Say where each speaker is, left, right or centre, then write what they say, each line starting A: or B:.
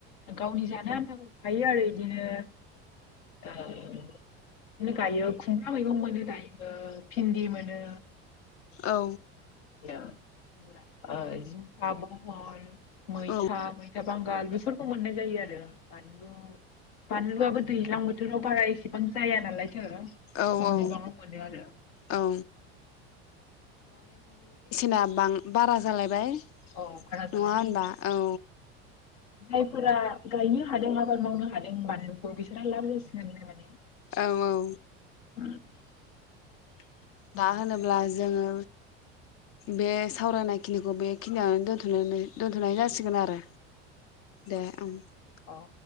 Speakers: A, on the left; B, on the left.
A: गावनि जानो आनथा गायो आरो इदिनो ओ बिदिनो गायो खुमब्रा मैगं मोनो गायो भिन्दि मोनो
B: औ।
A: ओ जिंखा ब'हल मैथा
B: औ
A: मैथा बांगाल बेफोर खौ मोननाय जायो आरो फानलु बानलुआबो दैज्लां बोथोराव बारा एसेबां जाया नालाय
B: औ
A: खम
B: औ
A: बिबाङाव मोनो आरो
B: औ ना बां बारा जालायबाय
A: औ बारा
B: नङा
A: जानायलाय
B: होनबा?
A: बेनि बेसेना
B: औ।
A: जायफोरा गायनो हादों आबाद मावनो हादों बानलुखौ बिसोरहा लाब जासिगोनलाय माने।
B: औ औ।
A: <unintelligible> बिनिफ्राय
B: दा होनोब्ला जोङो बे सावरायनाय खिनिखौ बे खिनियावनो दोनथ'नानै दोनथ'नाय जासिगोन आरो। दे ओं।
A: औ